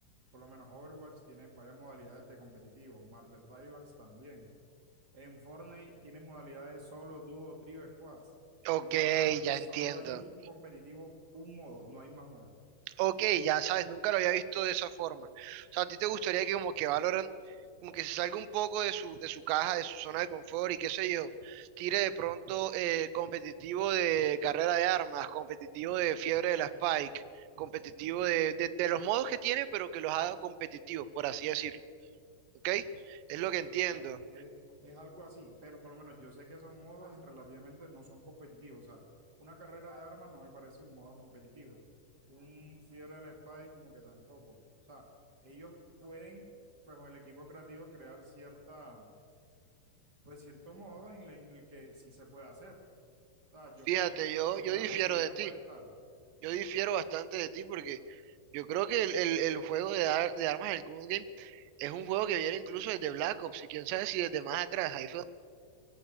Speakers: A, on the right (about 30°); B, on the right (about 85°).
A: por lo menos Overwatch tiene varias modalidades de competitivo, Marvel Rivals también, en Fortnite tienen modalidades solo, dúo, trío, squads,
B: Ok,
A: en Valorant
B: ya
A: solo
B: entiendo.
A: hay un competitivo, un modo, no hay más modos.
B: Ok, ya sabes, nunca lo había visto de esa forma. O sea, ¿a ti te gustaría que como que Valorant, como que se salga un poco de su, de su caja, de su zona de confort y qué sé yo, tire de pronto eh, competitivo de carrera de armas, competitivo de fiebre de la Spike, competitivo de, de, de los modos que tiene, pero que los haga competitivos, por así decirlo. ¿Ok? Es
A: Sí,
B: lo que entiendo.
A: o sea, es, es algo así, pero por lo menos yo sé que esos modos en relativamente no son competitivos. O sea, una carrera de armas no me parece un modo competitivo. Un Fiebre del Spy como que tampoco. O sea, ellos pueden, pues con el equipo creativo, crear cierta, pues cierto modo en, el en el que sí se puede hacer. O sea, yo
B: Fíjate,
A: creo que
B: yo,
A: es,
B: yo
A: la
B: difiero
A: posibilidad
B: de ti.
A: puede estar.
B: Yo difiero bastante de ti porque yo creo que el, el- el juego de, ar- de armas, el Gun Game, es un juego que viene incluso desde Black Ops y quién sabe si desde más atrás. Ahí fue